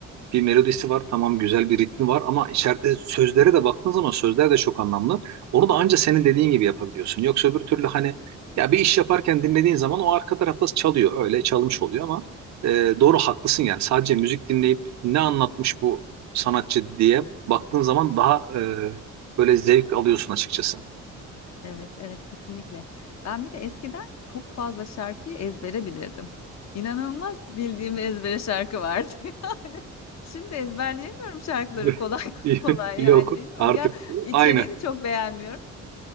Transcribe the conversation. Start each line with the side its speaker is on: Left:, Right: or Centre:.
Right: bir melodisi var, tamam güzel bir ritmi var ama içeride sözlere de baktığın zaman sözler de çok anlamlı. Onu da anca senin dediğin gibi yapabiliyorsun. Yoksa öbür türlü hani ya bir iş yaparken dinlediğin zaman o arka tarafta çalıyor. Öyle çalmış oluyor ama e, doğru haklısın yani. Sadece müzik dinleyip ne anlatmış bu sanatçı diye baktığın zaman daha e, böyle zevk alıyorsun açıkçası.
Left: Evet, evet kesinlikle. Ben bir de eskiden çok fazla şarkıyı ezbere bilirdim. İnanılmaz bildiğim ezbere şarkı vardı <laughs> yani. Şimdi ezberleyemiyorum şarkıları
Right: <laughs>
Left: kolay <laughs> kolay
Right: Yok
Left: yani bilmiyorum
Right: artık
Left: ya içeriğini
Right: aynı.
Left: çok beğenmiyorum.